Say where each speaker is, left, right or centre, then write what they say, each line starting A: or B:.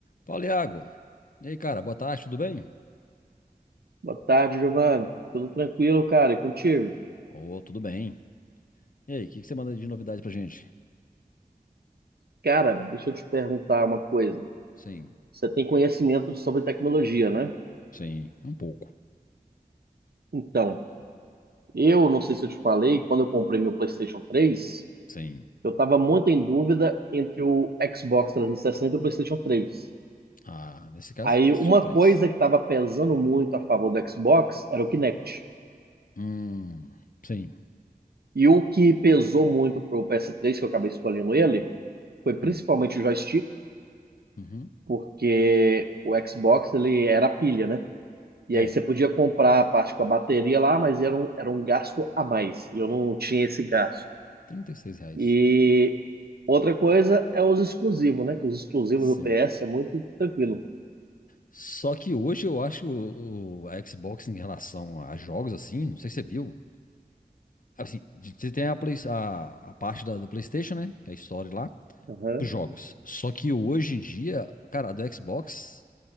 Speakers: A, on the left; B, on the right.
A: Fala, Iago. E aí, cara, boa tarde, tudo bem?
B: Boa tarde, Giovanni. Tudo tranquilo, cara? E contigo?
A: Ô, tudo bem. E aí, o que que você manda de novidade pra gente?
B: Cara, deixa eu te perguntar uma coisa.
A: Sim,
B: Você tem conhecimento de- sobre tecnologia, né?
A: sim, um pouco.
B: Então, eu não sei se eu te falei, quando eu comprei meu PlayStation 3,
A: Sim.
B: eu estava muito em dúvida entre o Xbox 360 e sessenta e o PlayStation 3.
A: Ah, nesse caso,
B: Aí,
A: PlayStation
B: uma
A: 3.
B: coisa que estava pesando muito a favor do Xbox era o Kinect.
A: Hum, sim.
B: E o que pesou muito para pro PS3, que eu acabei escolhendo ele, foi principalmente
A: Hum,
B: o joystick,
A: uhum.
B: porque o Xbox ele era a pilha, né? E
A: É,
B: aí você podia comprar a parte com a bateria lá, mas era um, era um gasto a mais. E eu não tinha esse gasto.
A: trinta e seis reais.
B: E outra coisa é os exclusivos, né? Que os exclusivos
A: Sim.
B: do PS é muito tranquilo.
A: Só que hoje eu acho o, o- a Xbox em relação a jogos, assim, não sei se você viu. Assim, de- você tem a, Play- a- a parte da, da PlayStation, né? Que é a história lá,
B: Aham.
A: pros jogos. Só que hoje em dia, cara, a do Xbox.